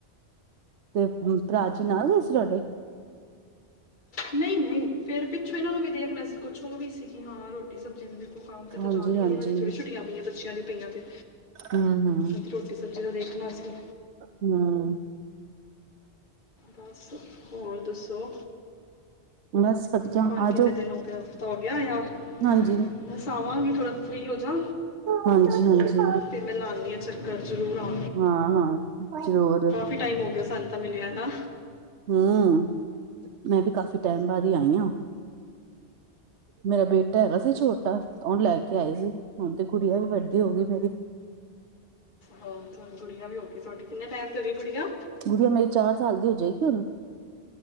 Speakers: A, on the right; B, on the left.
A: ਤੇ ਭਰਾ ਜੀ ਨਾਲ ਗਏ ਸੀ ਤੁਹਾਡੇ?
B: ਨਹੀਂ-ਨਹੀਂ ਫੇਰ ਪਿੱਛੋਂ ਇਨਾਂ ਨੂੰ ਵੀ ਦੇਖਨਾ ਸੀ ਕੁਛ ਉਹ ਵੀ ਸੀ ਕਿ ਹਾਂ ਰੋਟ ਰੋਟੀ ਸਬਜ਼ੀ ਦਾ ਦੇਖੋ ਕੰਮ ਤੇ
A: ਹਾਂਜੀ
B: ਤਾਂ ਜਾਣਾ
A: ਹਾਂਜੀ
B: ਈ ਇਹਨਾਂ ਦੀ ਥੋੜੀ ਛੁੱਟੀਆਂ ਪਈਆਂ ਬੱਚਿਆਂ ਦੀ ਪਈਆਂ ਤੇ।
A: ਹੂੰ ਹੂੰ।
B: ਕਹਿੰਦੀ ਰੋਟੀ ਸਬਜ਼ੀ ਦਾ ਦੇਖਣਾ ਅਸੀਂ।
A: ਹੂੰ।
B: ਬਸ ਹੋਰ ਦੱਸੋ,
A: ਬਸ ਵਧੀਆ
B: ਤੁਹਾਨੂੰ
A: ਆਜੋ
B: ਕਿੰਨੇ ਦਿਨ ਹੋ ਗਿਆ? ਹੋ ਗਿਆ ਯਾਂ
A: ਹਾਂਜੀ
B: ਬੱਸ ਆਵਾਂਗੇ ਥੋੜਾ ਫ੍ਰਰੀ ਹੋ ਜਾ।
A: ਹਾਂਜੀ-ਹਾਂਜੀ
B: ਅਤੇ ਮੈਂ ਲਾਨੀ ਆਂ ਚੱਕਰ ਜ਼ਰੂਰ ਆ
A: ਹਾਂ-ਹਾਂ ਜ਼ਰੂਰ।
B: ਕਾਫੀ ਟਾਈਮ ਹੋ ਗਿਆ ਸਾਨੂੰ ਤਾਂ ਮਿਲਿਆ ਦਾ।
A: ਹੂੰ, ਮੈਂ ਵੀ ਕਾਫ਼ੀ ਟਾਈਮ ਬਾਅਦ ਈ ਆਈ ਆਂ। ਮੇਰਾ ਬੇਟਾ ਹੈਗਾ ਸੀ ਛੋਟਾ, ਉਹਨੂੰ ਲੈ ਕੇ ਆਏ ਸੀ ਹੁਣ ਤੇ ਗੁੜੀਆਂ ਵੀ ਵੱਡੀ ਗੇਂ ਹੋ ਗਈ ਮੇਰੀ।
B: ਹੋਰ ਤੇ ਹੁਣ ਗੁੜੀਆਂ ਵੀ ਹੋਕੀ ਤੁਹਾਡੀੇ, ਕਿੰਨੇ ਟੈਮ ਦੀ ਹੋਗੀ ਗੜੀਆਂ?
A: ਗੁੜੀਆਂ ਮੇਰੀ ਚਾਰ ਸਾਲ ਦੀ ਹੋ ਜਾਏਗੀ ਹੁਣ।